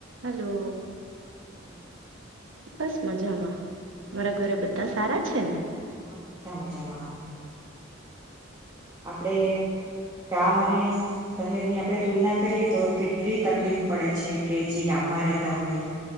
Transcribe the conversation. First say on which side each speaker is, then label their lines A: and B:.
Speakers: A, on the right; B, on the right.
A: Hello
B: કેમ છો
A: બસ મજામાં મારા ઘરે બધા સારા છે ને
B: હા બધા મજામાં આપડે ગામ અને શહેરની આપડે તુલના કરીએ તો કેટલી તકલીફ પડે છે કે જે ગામમાં રેતા હોય